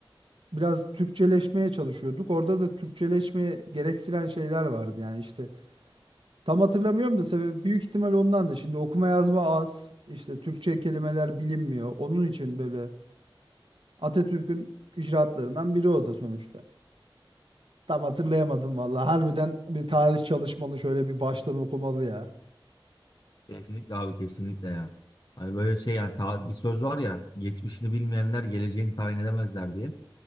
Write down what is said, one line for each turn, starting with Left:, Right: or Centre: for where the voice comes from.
Right: biraz Türkçeleşmeye çalışıyorduk. Orada da Türkçeleşmeye gerektiren şeyler vardı yani işte. Tam hatırlamıyorum da sebebi büyük ihtimal ondan da. Şimdi okuma yazma az. İşte Türkçe kelimeler bilinmiyor. Onun için böyle Atatürk'ün icraatlarından biri o da sonuçta. Tam hatırlayamadım vallahi. Harbiden bir tarih çalışmalı şöyle bir baştan okumalı ya.
Left: Kesinlikle abi kesinlikle ya. Hani böyle şey yani ta- bir söz var ya geçmişini bilmeyenler geleceğini tayin edemezler diye.